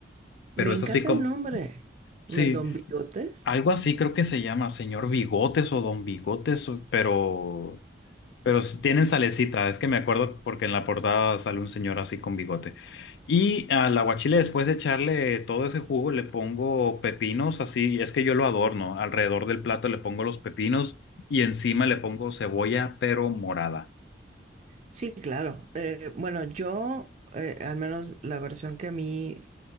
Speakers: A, on the left (about 65°); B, on the right (about 40°).
A: Pero
B: Me
A: es
B: encanta
A: así como,
B: el nombre. Me-
A: sí,
B: ¿Don Bigotes?
A: algo así creo que se llama, señor Bigotes o Don Bigotes, o- pero Pero s- tienen salecita, es que me acuerdo porque en la portada sale un señor así con bigote. Y al aguachile, después de echarle todo ese jugo, le pongo pepinos así, es que yo lo adorno. Alrededor del plato le pongo los pepinos y encima le pongo cebolla, pero morada.
B: Sí, claro. Eh, bueno, yo, eh, al menos la versión que a mí